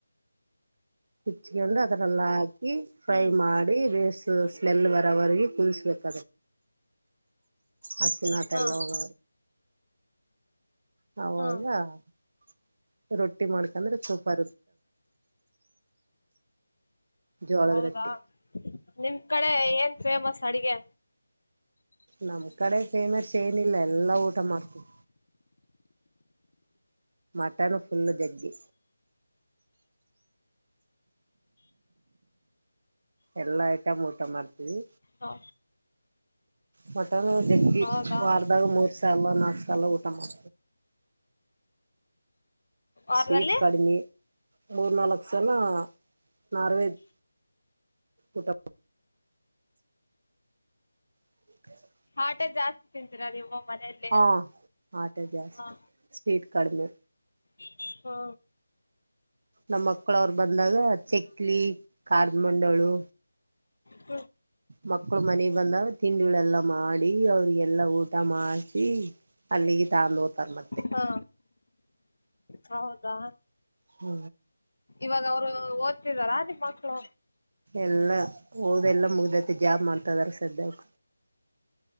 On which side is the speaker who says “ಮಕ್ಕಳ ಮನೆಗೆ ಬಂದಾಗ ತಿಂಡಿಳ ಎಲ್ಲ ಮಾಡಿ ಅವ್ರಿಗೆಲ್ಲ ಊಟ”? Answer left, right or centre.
Right